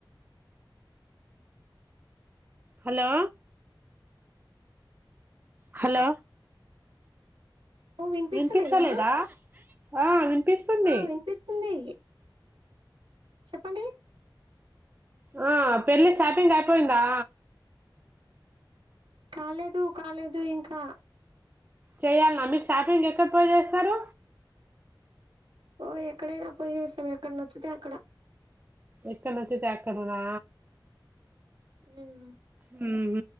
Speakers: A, on the right; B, on the right.
A: హలో హలో
B: ఓ వినిపిస్తలేదా
A: వినిపిస్తా లేదా ఆ వినిపిస్తుంది
B: ఆ వినిపిస్తుంది చెప్పండి
A: ఆ పెళ్ళి షాపింగ్ అపోయిందా
B: కాలేదు కాలేదు ఇంకా
A: చేయాలానా మీరు షాపింగ్ ఎక్కడి పోయి చేస్తారు.
B: ఓ ఎక్కడైనా పోయి చేస్తాం ఎక్కడనొచ్చితే అక్కడ
A: ఎక్కడనచ్చితే అక్కడనా
B: ఉ
A: ఉ హు